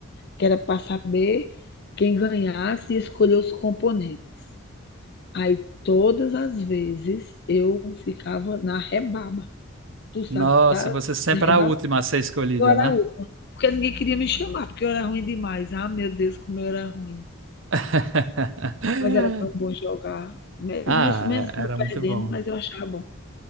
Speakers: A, on the left; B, on the right.
A: que era para saber quem ganhasse e escolher os componentes. Aí todas as vezes eu ficava na rebaba. Tu sabe
B: Nossa,
A: tá
B: você sempre
A: na
B: era
A: rebaba?
B: a última a ser escolhida,
A: Eu era
B: né?
A: a última, porque ninguém queria me chamar, porque eu era ruim demais. Ah, meu Deus, como eu era ruim.
B: <laughs>
A: Mas era tão bom jogar, mesmo
B: Ah,
A: eu mesmo
B: era
A: eu perdendo,
B: muito bom.
A: mas eu achava bom.